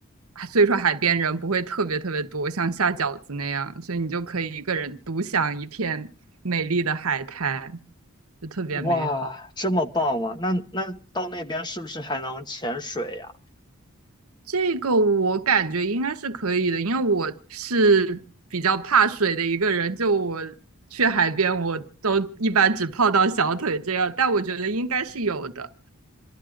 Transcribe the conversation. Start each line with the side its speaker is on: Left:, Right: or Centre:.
Right: 啊所以说海边人不会特别特别多，像下饺子那样，所以你就可以一个人独享一片美丽的海滩，就特别美好。
Left: 哇，这么棒吗？那那到那边是不是还能潜水呀？
Right: 这个我感觉应该是可以的，因为我是比较怕水的一个人，就我去海边我都一般只泡到小腿这样，但我觉得应该是有的。